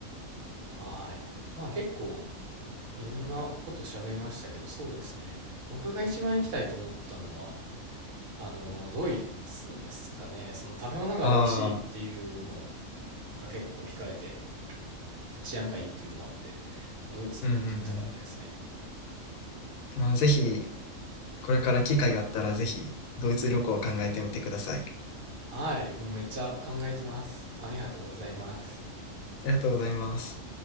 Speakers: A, on the right; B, on the left.
A: はい。まあ結構いろんなこと喋りましたけど、そうですね。僕が一番行きたいと思ったのは、あの、ドイツですかね。その食べ物が美味しいっていうの
B: ああ、
A: が結構惹かれて、治安がいいっていうのもあって、ドイツ行ってみたかったですね。
B: うんうんうん。まあぜひこれから機会があったらぜひドイツ旅行を考えてみてください。
A: はい。もうめっちゃ考えてます。ありがとうございます。
B: ありがとうございます。